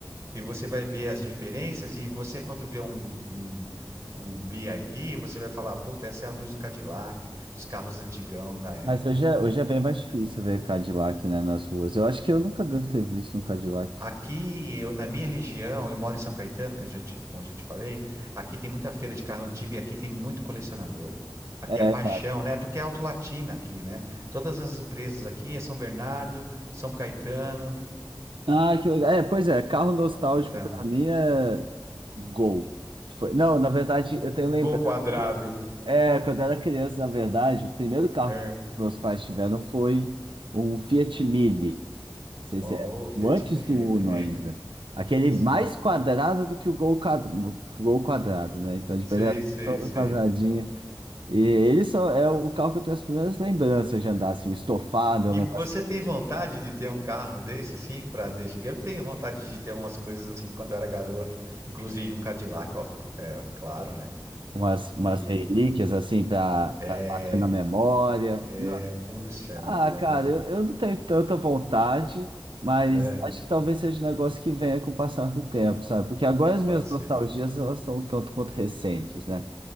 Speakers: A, on the right (about 35°); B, on the right (about 85°).
A: e você vai ver as diferenças. E você, quando vê um, um, um BID, você vai falar: puta, essa é a luz do Cadillac, dos carros antigão da época.
B: Mas hoje é, hoje é bem mais difícil ver Cadillac, né, nas ruas. Eu acho que eu nunca devo ter visto um Cadillac.
A: Aqui, eu, na minha região, eu moro em São Caetano, que eu já te, como eu já te falei, aqui tem muita feira de carro antigo e aqui tem muito colecionador. Aqui
B: É,
A: é paixão, né? Porque é Auto Latina aqui, né? Todas as empresas aqui é São Bernardo, São Caetano,
B: Ah, que legal. É, pois é, carro nostálgico
A: então.
B: pra mim é Gol. Que foi. Não, na verdade, eu tenho
A: O
B: lembrado.
A: Gol Quadrado.
B: É, quando eu era criança, na verdade, o primeiro carro
A: É.
B: que meus pais tiveram foi um Fiat Mille. Não sei
A: Oh,
B: se é
A: Fiat
B: o antes
A: Mille,
B: do Uno
A: lembra?
B: ainda. Aquele
A: Sim,
B: mais
A: sim.
B: quadrado do que o Gol, quad... que o Gol quadrado, né? Então, tipo,
A: Sei,
B: ele era
A: sei,
B: todo
A: sei.
B: quadradinho. E ele só é o carro que eu tenho as primeiras lembranças de andar, assim, o estofado, eu
A: E
B: lembro
A: você tem vontade de ter um carro desse, assim, para deixar? Eu tenho vontade de ter umas coisas assim quando eu era garoto, inclusive um Cadillac, ó, fico- é, claro, né?
B: umas, umas
A: E
B: relíquias assim para
A: é,
B: bater na memória.
A: é,
B: Não-
A: puxa
B: Ah,
A: vida,
B: cara,
A: viu?
B: eu, eu não tenho tanta vontade, mas
A: É,
B: acho que talvez seja um negócio que venha com o passar do tempo, sabe? Porque agora as
A: pode
B: minhas
A: ser.
B: nostalgias elas são um tanto quanto recentes, né?